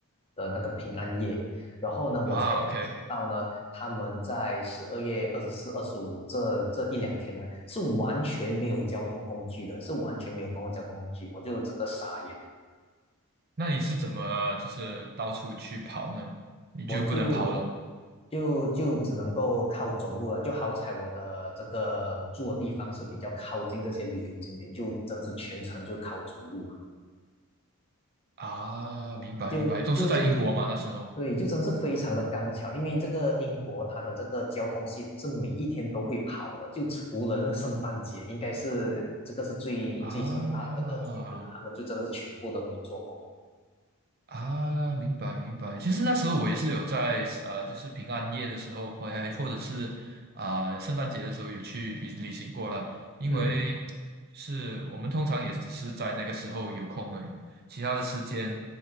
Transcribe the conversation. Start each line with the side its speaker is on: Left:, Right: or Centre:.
Left: 的那个平安夜，然后呢，我才发现到呢，
Right: 啊 OK，
Left: 他们在十二月二十四、二十五这这一两天呢，是完全没有交通工具的，是完全没有公共交通工具，我就整个傻眼。
Right: 那你是怎么就是到处去跑呢？你就不能跑咯？
Left: 我就就就只能够靠走路了，就好彩我的这个我住的地方是比较靠近这些旅游景点，就真是全程就靠走路，
Right: 啊，明白明白，
Left: 就就就真，
Right: 都是在英国嘛那时候。
Left: 对，就真的是非常的刚巧，因为这个英国它的这个交通系统是每一天都会跑的，就除了那个圣诞节，应该是这个是最最盛大的这个节日嘛，
Right: 啊
Left: 他们就真的是全部都没做工。
Right: 啊，明白明白。其实那时候我也是有在啊、就是平安夜的时候，或还或者是啊、圣诞节的时候有去旅旅行过了。因为就是我们通常也只是在那个时候有空而已，
Left: 嗯
Right: 其他的时间